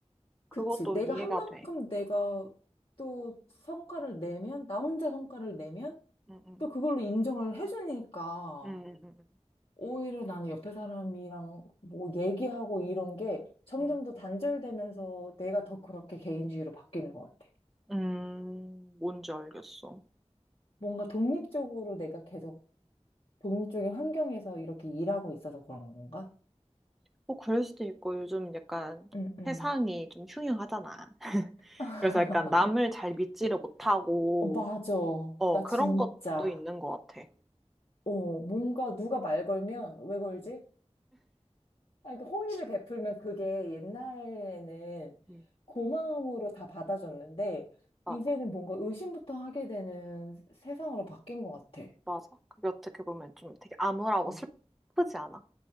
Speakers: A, in the centre; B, on the left.
A: 그것도
B: 그치. 내가
A: 이해가
B: 한 만큼
A: 돼.
B: 내가 또 성과를 내면, 나 혼자 성과를 내면
A: 음, 음,
B: 또 그걸로 인정을 해주니까.
A: 음, 음,
B: 오히려 나는 옆에 사람이랑 뭐 얘기하고 이런 게 점점
A: 음,
B: 더 단절되면서 내가 더 그렇게 개인주의로 바뀌는 것 같아.
A: 음, 음, 뭔지 알겠어.
B: 뭔가 독립적으로 내가 계속 독립적인 환경에서 이렇게 일하고 있어서 그런 건가?
A: 뭐 그럴 수도 있고 요즘 약간
B: 응, 응.
A: 세상이 좀 흉흉하잖아. <laughs>
B: <laughs>
A: 그래서 약간 남을 잘 믿지를 못하고
B: 어, 맞아.
A: 어,
B: 나
A: 그런
B: 진짜.
A: 것도 있는 것 같아.
B: 어, 뭔가 누가 말 걸면 왜 걸지? 아니, 그 호의를 베풀면 그게 옛날에는
A: 음,
B: 고마움으로 다 받아줬는데,
A: 맞아,
B: 이제는 뭔가 의심부터 하게 되는 세상으로 바뀐 것 같아.
A: 맞아. 그게 어떻게 보면 좀 되게 암울하고
B: 어,
A: 슬프지 않아?